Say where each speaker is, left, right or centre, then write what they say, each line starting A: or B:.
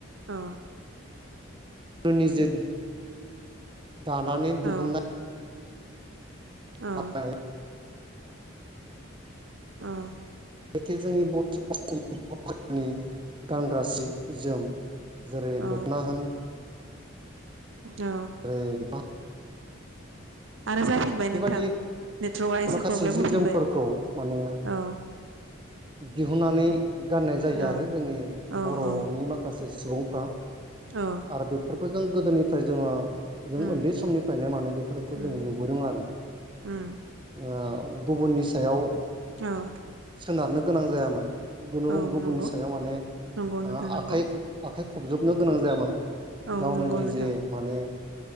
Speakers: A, on the right; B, on the right.
A: औ।
B: निजे दानानै दिहुननाय
A: औ
B: <unintelligible>
A: औ औ
B: जोंनि बर' बर' रिनि गानग्रा जि जोम जेरै
A: औ
B: दख'ना होन
A: औ।
B: जेरै
A: आरो जाफिनबाय
B: बेबायदि
A: नोंथां नेटवर्कआ एसे
B: माखासे
A: प्रब्लेम
B: जि
A: होफिनबाय
B: जोमफोरखौ माने
A: औ।
B: दिहुननानै गाननाय
A: औ
B: जायो आरो जोंनि
A: औ
B: बर'नि
A: औ
B: माखासे सुबुंफ्रा
A: औ
B: आरो बेफोर खौ जों गोदोनिफ्राय जोङो
A: उम
B: जों उन्दै समनिफ्रायनो माने बेफोरखौ
A: उम
B: जों नुबोदों आरो ओ
A: उम
B: गुबुननि सायाव
A: औ।
B: सोनारनो गोनां जायामोन। गुनु
A: औ
B: गुबुननि
A: नंगौ
B: सायाव माने
A: नंगौ
B: ओ
A: नोंथां नंगौ
B: आखाइ आखाइ खबजोबनो गोनां जायामोन।
A: औ
B: गावनो
A: नंगौ
B: निजे
A: नोंथां
B: माने